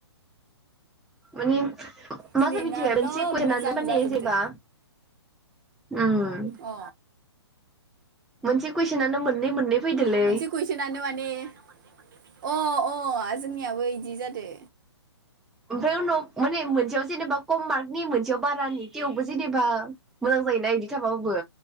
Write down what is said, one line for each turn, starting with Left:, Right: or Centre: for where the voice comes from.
Centre: मानि। <unintelligible>
Right: दिनैनाल'
Centre: मिथिबाय मोनसे <unintelligible>
Right: मोजां
Centre: माने
Right: जाजोबदो
Centre: जेबा उम
Right: अ
Centre: मोनसे कुइसनानो मोननै मोननै। फैदोलै
Right: मोनसे कुइसनानो माने अ अ अ जोंनियाबो इदि जादो।
Centre: ओमफ्राय उनाव माने मोनसेयाव जेनेबा खम मार्कनि मोनसेयाव बारानि थेवबो जेनेबा मोजां जायोना इदि थाबाबो।